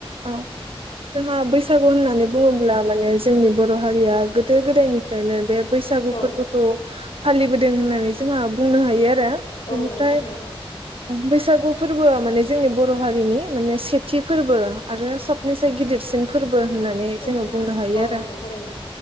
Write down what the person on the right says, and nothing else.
औ जोंहा बैसागु होननानै बुङोब्ला माने जोंनि बर' हारिया गोदो गोदायनिफ्रायनो बे बैसागु
फोरबोखौ फालिबोदों होननानै जोंहा बुंनो हायो आरो
बिनिफ्राय
बैसागु फोरबोआ माने जोंनि बर' हारिनि माने सेथि फोरबो आरो सबनिसाय गिदिरसिन फोरबो बो होननानै
जोङो
बुंनो हायो
।